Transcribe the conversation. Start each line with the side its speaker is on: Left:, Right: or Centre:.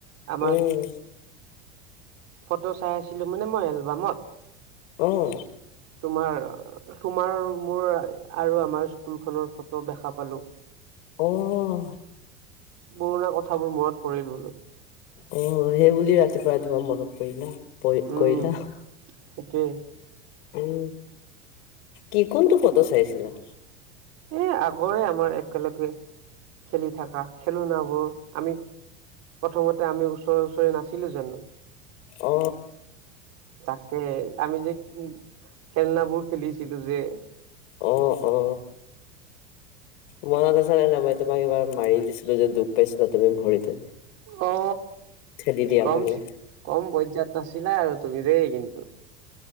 Right: আমাৰ
Left: উম।
Right: ফটো চাই আছিলোঁ মানে মই এলবামত।
Left: অহ।
Right: তোমাৰ তোমাৰ মোৰ আৰু আমাৰ স্কুলখনৰ ফটো দেখা পালো।
Left: অহ।
Right: পুৰণা কথাবোৰ মনত পৰিল বোলো।
Left: অ সেই বুলি ৰাতিপুৱা ৰাতিপুৱা মনত কলা
Right: উম
Left: কৰিলা
Right: সেইটোৱে।
Left: উম। কি কোনটো ফটো চাইছিলা
Right: এ আগৰে আমাৰ একেলগে খেলি থকা খেলনাবোৰ আমি প্ৰথমতে আমি ওচৰে ওচৰে নাছিলো জানো
Left: অ
Right: তাকে আমি যে খেলনাবোৰ খেলিছিলোঁ যে।
Left: অ অ মনত আছে নে নাই মই তোমাক এইবাৰ মাৰি দিছিলো যে দুখ পাইছিলা তুমি ভৰিতে
Right: অ
Left: খেদি দিয়া
Right: কম
Left: কাৰণে
Right: কম পৰ্যাত নাছিলা আৰু তুমি দেই কিন্তু